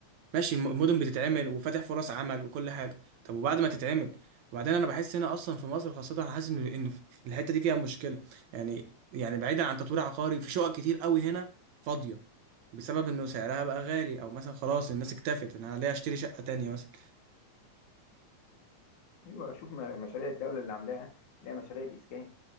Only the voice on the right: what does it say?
ماشي الم- المدن بتتعمل وفاتح فرص عمل وكل حاجه طب وبعد ما تتعمل وبعدين انا بحس هنا اصلا في مصر خاصه انا حاسس ان إن في الحته دي فيها مشكله يعني يعني بعيدا عن تطوير عقاري في شقق كتير قوي هنا فاضيه بسبب انه سعرها بقى غالي او مثلا خلاص الناس اكتفت ان انا ليه اشتري شقه تانية مثلا